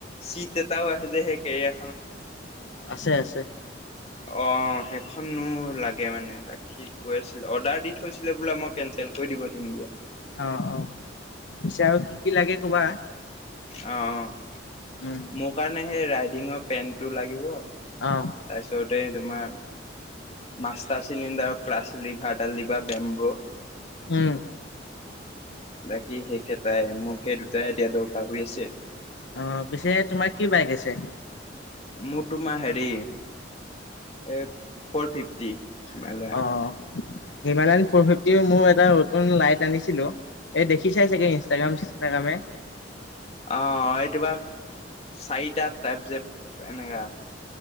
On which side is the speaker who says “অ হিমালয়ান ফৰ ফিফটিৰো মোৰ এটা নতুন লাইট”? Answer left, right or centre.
Left